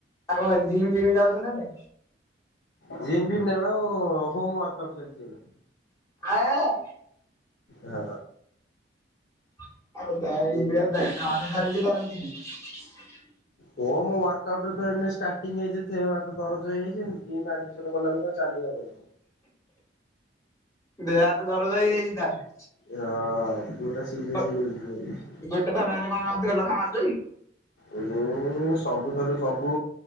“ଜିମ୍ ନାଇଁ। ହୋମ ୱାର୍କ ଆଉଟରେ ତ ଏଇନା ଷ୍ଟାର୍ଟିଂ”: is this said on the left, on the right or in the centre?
Left